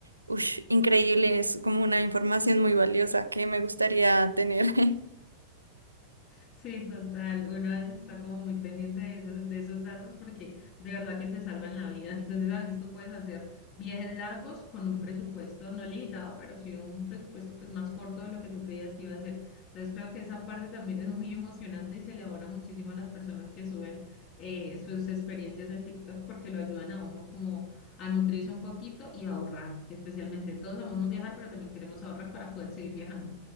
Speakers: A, on the right; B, on the left.
A: ush, increíble. Es como una información muy valiosa que me gustaría tener. <laughs>
B: Sí, total. Uno a veces está como muy pendiente de esos, de esos datos porque de verdad que te salvan la vida. <laughs> Entonces, a veces tú puedes hacer viajes largos con un presupuesto no limitado, pero sí un presupuesto pues más corto de lo que tú creías que iba a ser. Entonces, creo que esa parte también es muy emocionante y se le abona muchísimo a las personas que suben eh, sus experiencias en TikTok porque lo ayudan a uno como a nutrirse un poquito y a ahorrar, que especialmente todos amamos viajar, pero también queremos ahorrar para poder seguir viajando.